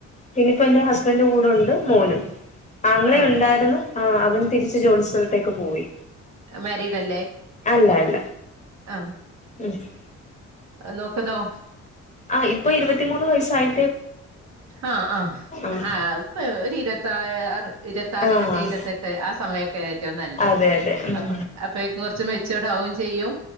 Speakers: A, on the left (about 25°); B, on the right (about 65°).
A: പിന്നയിപ്പോ എന്റെ ഹസ്ബന്റ് കൂടൊണ്ട്. മോനും ആങ്ങളെ
B: ആഹ്
A: ഇണ്ടാരുന്നു. ആ അവൻ തിരിച്ച് ജോലി സ്ഥലത്തേക്ക് പോയി.
B: മേരീഡല്ലേ?
A: ഇല്ല ഇല്ല.
B: ആഹ്
A: മ്മ്.
B: നോക്കുന്നോ
A: ആഹ് ഇപ്പോ ഇരുപത്തിമൂന്ന് വയസ്സായി.
B: ആഹ് ആഹ്
A: ആഹ്
B: ആ ഇപ്പൊ ഒരു ഇരുത്തി ഇരുപത്താർ ഇരുത്താറ്
A: ആഹ്
B: ഇരുത്തെയ് ഇരുപത്തെട്ട് ആ സമയൊക്കെ ഏറ്റുംനല്ലത്
A: അതെ അതെ ഉം
B: അപ്പ അപ്പയേക്കും കൊർച്ച് മെച്ചോടാവും ചെയ്യും.